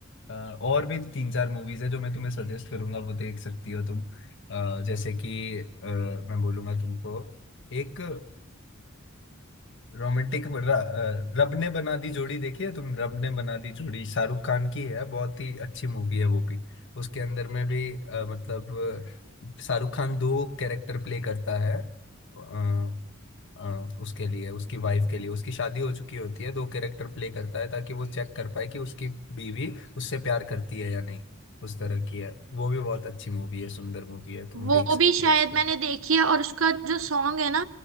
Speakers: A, on the left (about 65°); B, on the right (about 70°).
A: अ, और भी तीन चार मूवीज है जो मैं तुम्हें सजेस्ट करूंगा वो देख सकती हो तुम अ, जैसे कि अ, मैं बोलूंगा तुमको एक रोमांटिक रब ने बना दी जोड़ी देखी है तुम रब ने बना दी जोड़ी शाहरुख खान की है बहुत ही अच्छी मूवी है वो भी उसके अंदर में भी अ, मतलब अ, शाहरुख खान दो कैरेक्टर प्ले करता है अ, अ, उसके लिए उसकी वाइफ के लिए उसकी शादी हो चुकी होती है दो कैरेक्टर प्ले करता है ताकि वो चेक कर पाए कि उसकी बीवी उससे प्यार करती है या नहीं उस तरह की है वो भी बहुत अच्छी मूवी है सुंदर मूवी है तुम
B: वो
A: देख सकते
B: भी शायद
A: हो उसको
B: मैंने देखी है और उसका जो सॉन्ग है ना